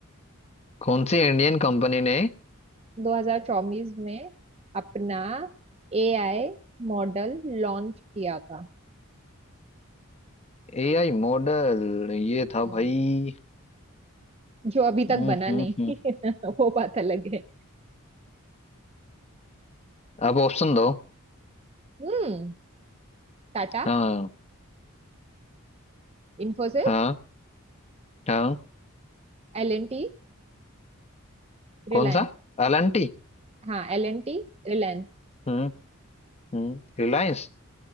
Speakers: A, on the left; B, on the right.
A: कौन सी इंडियन कंपनी ने
B: 2024 में अपना एआई मॉडल लॉन्च किया था
A: एआई मॉडल ये
B: हम्म,
A: था भाई
B: जो अभी तक
A: हम्म
B: बना
A: हम्म
B: नहीं
A: हम्म
B: <laughs> वो बात अलग है
A: अब ऑप्शन दो
B: हम्म Tata
A: हाँ
B: Infosys
A: हाँ हाँ
B: L N T Reliance
A: कौन सा एलएनटी
B: हाँ एल एन टी रिलायंस
A: हम्म हम्म रिलायंस